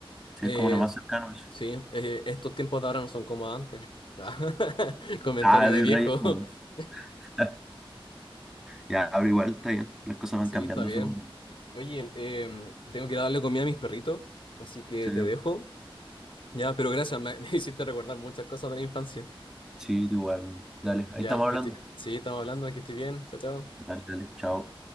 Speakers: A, in the centre; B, on the left.
A: sí,
B: Eh,
A: es como lo más cercano a eso.
B: sí, eh, estos tiempos de ahora no son como antes. <laughs> Comentario
A: Ah,
B: de
A: de
B: viejo.
A: Reyes. no.
B: <laughs>
A: <laughs> Ya, ahora igual está bien. Las cosas van
B: Sí,
A: cambiando,
B: está bien.
A: supongo.
B: Oye, em, tengo que ir a darle comida a mis perritos, así que
A: Sí.
B: te dejo. Ya, pero gracias, me, <laughs> me hiciste recordar muchas cosas de la infancia.
A: Sí, tú igual. Dale, ahí
B: Ya,
A: estamos
B: que
A: hablando.
B: te- sí, estamos hablando, que estoy bien. Chao, chao.
A: Dale, dale, chao.